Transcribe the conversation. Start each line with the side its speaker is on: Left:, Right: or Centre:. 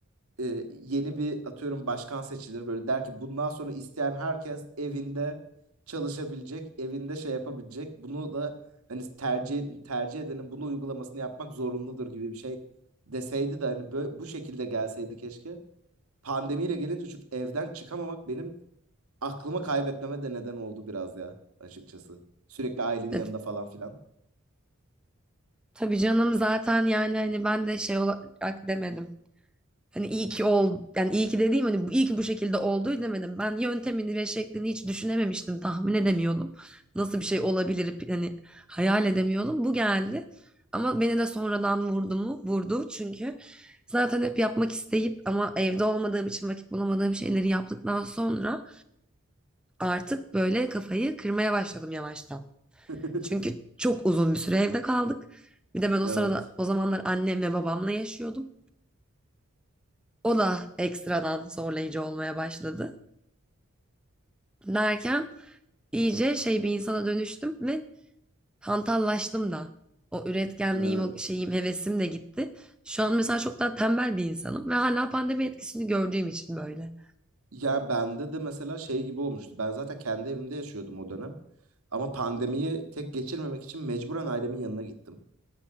Right: e, yeni bir atıyorum başkan seçilir böyle der ki bundan sonra isteyen herkes evinde çalışabilecek, evinde şey yapabilecek. Bunu da hani tercih tercih edenin bunu uygulamasını yapmak zorunludur gibi bir şey deseydi de hani böyle, bu şekilde gelseydi keşke. Pandemiyle gelince çünkü evden çıkamamak benim aklımı kaybetmeme de neden oldu biraz ya açıkçası. Sürekli ailenin
Centre: E,
Right: yanında falan filan.
Centre: tabii canım zaten yani hani ben de şey olarak demedim. Hani iyi ki ol, yani iyi ki dediğim hani bu- iyi ki bu şekilde oldu demedim. Ben yöntemini ve şeklini hiç düşünememiştim, tahmin edemiyordum. Nasıl bir şey olabilir hani hayal edemiyordum. Bu geldi. Ama beni de sonradan vurdu mu? Vurdu çünkü zaten hep yapmak isteyip ama evde olmadığım için vakit bulamadığım şeyleri yaptıktan sonra artık böyle kafayı kırmaya başladım yavaştan.
Right: <laughs>
Centre: Çünkü çok uzun bir süre evde kaldık. Bir de ben o
Right: Evet.
Centre: sırada o zamanlar annemle babamla yaşıyordum. O da ekstradan zorlayıcı olmaya başladı. Derken iyice şey bir insana dönüştüm ve hantallaştım da. O üretkenliğim,
Right: Evet.
Centre: o şeyim, hevesim de gitti. Şu an mesela çok daha tembel bir insanım ve hala pandemi etkisini gördüğüm için böyle.
Right: Ya bende de mesela şey gibi olmuştu. Ben zaten kendi evimde yaşıyordum o dönem. Ama pandemiyi tek geçirmemek için mecburen ailemin yanına gittim.